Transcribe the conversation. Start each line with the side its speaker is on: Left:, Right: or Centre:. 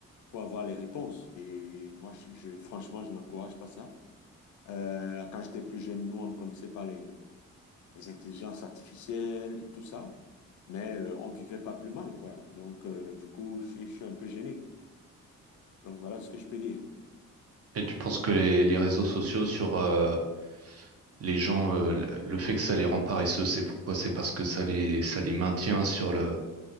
Left: pour avoir les réponses. Et moi, je, je- franchement, je n'encourage pas ça. Euh, quand j'étais plus jeune, nous, on ne connaissait pas les, les intelligences artificielles et tout ça. mais euh, on vivait pas plus mal, quoi. Donc, euh, du coup, je suis, je suis un peu gêné. Donc, voilà ce que je peux dire.
Right: Et tu penses que les, les réseaux sociaux sur euh, les gens, euh, le le fait que ça les rend paresseux, c'est pourquoi? C'est parce que ça les, ça les maintient sur le,